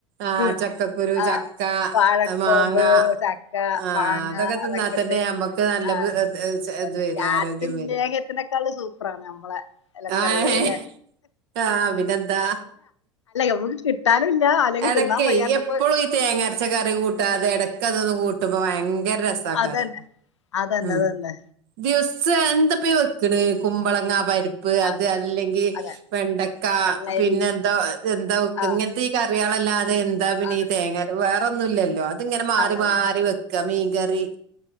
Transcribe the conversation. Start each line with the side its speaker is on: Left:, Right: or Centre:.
Right: ആഹ്
Left: മം
Right: ചക്കക്കുരു
Left: ആഹ്
Right: ചക്ക
Left: വായക്കോമ്പ്
Right: മാങ്ങ
Left: ചക്ക
Right: ആഹ്
Left: മാങ്ങ
Right: അതൊക്കെ
Left: അതൊക്കത്തെ
Right: തിന്നാ തന്നെ നമ്മക്ക് നല്ല
Left: ആ അതന്നെ
Right: ഇത് വരും
Left: ഈ
Right: ആരോഗ്യം
Left: ആട്ടിൻ
Right: വരും
Left: ലേഹത്തിനെക്കൾ സൂപ്രാണ് നമ്മള എലക്കറികള്
Right: ആഹ്
Left: ലെ
Right: ആഹ് പിനെന്താ
Left: മ്മക്ക് കിട്ടാനുല്ല അല്ലെങ്കി
Right: എടക്കെയ്
Left: തിന്നാൻ വയ്യാത്തപ്പോ
Right: എപ്പോളു ഈ തേങ്ങരച്ച കറി കൂട്ടാതെ എടക്കതൊന്ന് കൂട്ടുമ്പയങ്കര ഗ്രസകാരം
Left: അതന്നെ അതന്നെ
Right: ഹം
Left: അതന്നെ
Right: ദിവാസോ സന്തപീ വെക്കണ് കുമ്പളങ്ങാ പരി പ്പ് അത്
Left: അതെ
Right: അല്ലെങ്കീ
Left: അതെ
Right: വെണ്ടക്കാ
Left: വെള്ളരി
Right: പിന്നെ ന്താ ന്താ വെക്കാ
Left: ആഹ്
Right: ങ്ങൻത്തെ ഈ കറി ല്ലാതെ എന്താ പിന്നെ
Left: അതെ
Right: യെ തേങ്ങ വേറൊന്നും ഇല്ലാല്ലോ അങ്ങനെ മാറി
Left: അതന്നെ
Right: മാറി വെക്ക്യാ മീ കറി